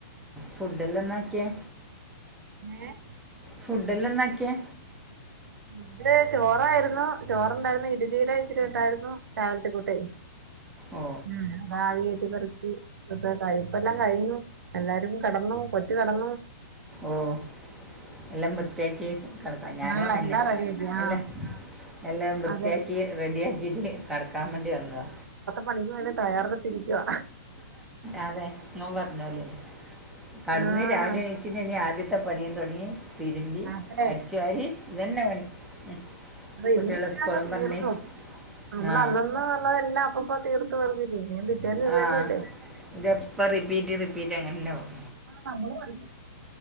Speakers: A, in the centre; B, on the right.
A: ഫുഡ്ഡല്ലാം ന്നാക്കിയെ?
B: ഏഹ്
A: ഫുഡ്ഡല്ലാം ന്നാക്കിയെ?
B: ഫുഡ്ഡ് ചോറായിരുന്നു ചോറ്ണ്ടായിരുന്നു ഇട്ലിയുടെ ഇച്ചിരി ഉണ്ടായിരുന്നു രാവിലത്തെ കൂട്ടെ
A: ഓ
B: ഉം പാവിയേറ്റ് പെറുക്കി <unintelligible> ഇപ്പ ല്ലാം കഴിഞ്ഞു എല്ലാരും കടന്നു കൊച്ച് കടന്നു
A: ഓഹ് എല്ലം വൃത്തിയാക്കി കട്ക്കാം ഞാനും
B: ആഹ്
A: അങ്ങനെ
B: എല്ലാം
A: ന്നെ
B: റെഡിയാക്കി ആഹ്
A: എല്ല എല്ലാം വൃത്തിയാക്കി
B: അതെ
A: റെഡി ആക്കിട്ട് കടക്കാൻ വേണ്ടി വന്നതാ.
B: പണിക് വെണ്ടി തയ്യാറെടുത്തിരിക്കുവാ
A: അതെ ഇഞവും പറഞ്ഞോലെ കട്ന്ന്
B: ആഹ്
A: രാവിലെ എണീച്ചിനേനി ആദ്യത്തെ പണിയും തൊട്ങ്ങി. തിര്മ്പി,
B: അതെ
A: അടിച്ചുവാരി ഇതന്നെ പണി ഉം കുട്ടികളെ
B: ഇന്ന്ട്ടാ
A: സ്കൂളും
B: തീർന്നു.
A: പറഞ്ഞേച്ച്
B: നമ്മള
A: ആ
B: അന്നന്ന് ഉള്ളതെല്ലാം അപ്പ തീർത്ത് പർഞ്ഞു പിന്നേം പിറ്റേന്ന് ഇത്
A: ആഹ്
B: തന്നെയല്ലേ
A: ഇതെപ്പ റിപ്പീറ്റ് റിപ്പീറ്റ് അങ്ങനന്നെയാവും
B: നമ്മളു അറിഞ്ഞു